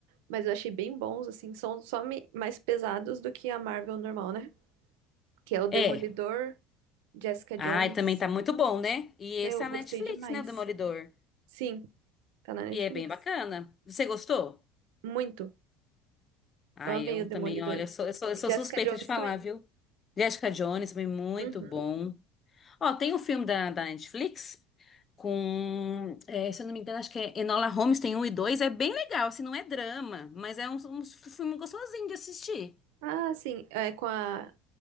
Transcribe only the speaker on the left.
É.
Ah, e também tá muito bom, né? E
esse é
a Netflix,
né? O Demolidor.
E é bem bacana. Você gostou?
Ah,
eu
também, olha, eu sou, eu sou, eu
sou
suspeita
de falar,
viu? Jessica Jones, também muito
bom. Ó, tem um filme da, da Netflix com, é, se eu não me engano, acho que é Enola Holmes, tem um e dois. É bem legal, assim, não é drama, mas é um, um filme gostosinho de assistir.